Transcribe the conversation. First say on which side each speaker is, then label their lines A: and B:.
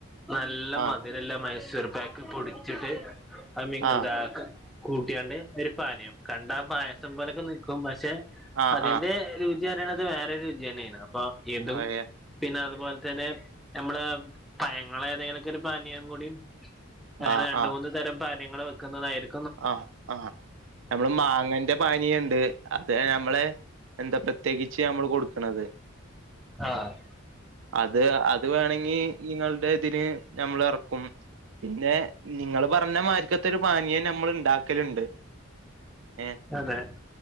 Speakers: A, in the centre; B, on the right.
A: നല്ല
B: ആഹ്
A: മതി രല്ലാ മൈസൂർ പാക്ക് പൊടിച്ചിട്ട് അ മി
B: ആഹ്
A: എന്താ. കൂട്ടിയാണ്ട് ഒരു പാനീയം കണ്ടാ പായസം പോലൊക്കെ നിൽക്കും പക്ഷെ
B: ആഹ്
A: അതിന്റെ രു ചി പറയണത് വേറൊരു രുചിയെന്നേണ് അപ്പൊ
B: ആഹ്
A: ഇതും പിന്നെ അതുപോലെ തന്നെ നമ്മളെ പഴങ്ങളെ ഏതെങ്കിലുമൊക്കെ ഒരു പാനീയം കൂടി അങ്ങനെ
B: ആഹ്
A: രണ്ട്
B: ആഹ്
A: മൂന്ന് തരം പാനീയങ്ങൾ വെക്കുന്നതായിരി
B: ആഹ് ആഹ് നമ്മള് മാങ്ങന്റെ പാനീയണ്ട് അത് നമ്മള് എന്താ പ്രത്യേകിച്ച് നമ്മള് കൊടുക്ക്ണത്
A: ആഹ്
B: അത് അത് വേണെങ്കി ഇഞ്ഞ്ങ്ങൾടെ ഇതിന് നമ്മൾ എറക്കും. പിന്നെ നിങ്ങള് പർഞ്ഞ മായ്രിക്കത്ത ഒരു പാനീയം ന മ്മൾ ഇണ്ടാക്കല്ണ്ട് ഏഹ്
A: അതെ